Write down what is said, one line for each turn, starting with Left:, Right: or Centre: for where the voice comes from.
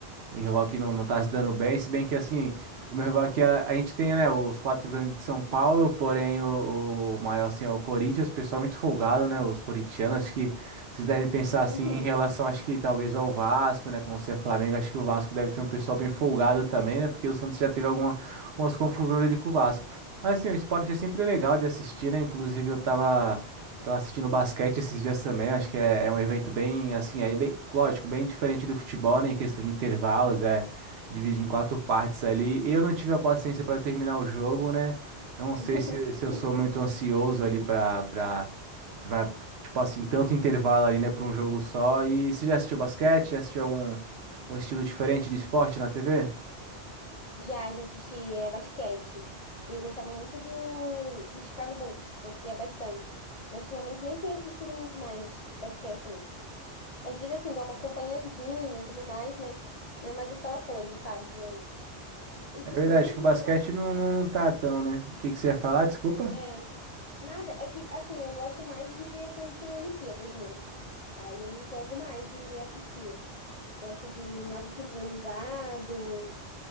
Right: um rival que não, não tá se dando bem, se bem que assim, o meu rival aqui, a, a gente tem, né, os quatro grandes de São Paulo, porém o, o maior, assim, é o Corinthians, o pessoal é muito folgado, né? Os corintianos, acho que vocês devem pensar
Left: Uhum.
Right: assim em relação, acho que talvez ao Vasco, né? Como você é Flamengo, acho que o Vasco deve ter um pessoal bem folgado também, né? Porque o Santos já teve alguma, algumas confusões ali com o Vasco. Mas assim, o esporte é sempre legal de assistir, né? Inclusive eu tava. Tô assistindo basquete esses dias também, acho que é, é um evento bem, assim, aí bem, lógico, bem diferente do futebol, né, em questão de intervalos, é dividido em quatro partes ali. Eu não tive a paciência para terminar o jogo, né? Não sei
Left: <laughs>
Right: se, se eu sou muito ansioso ali para para tipo assim, tanto intervalo ali, né, para um jogo só. E você já assistiu basquete? Já assistiu algum um estilo diferente de esporte na TV?
Left: Já, já assisti é, basquete. E eu gostava muito do, do Chicago Bulls. Torcia bastante. Mas ultimamente nem tenho assistido muito mais basquete, não. Às vezes, assim, dou uma acompanhadinha e tudo mais, mas não é mais aquela coisa, sabe, de antes. E
Right: É
Left: de
Right: verdade
Left: esporte, assim,
Right: que o basquete
Left: que eu gosto.
Right: não, não, não tá tão, né? O que que você ia falar? Desculpa.
Left: é Nada, é que assim, eu gosto mais de ver quando tem Olimpíadas, né? Aí eu me empolgo mais de assistir. Gosto do nado sincronizado,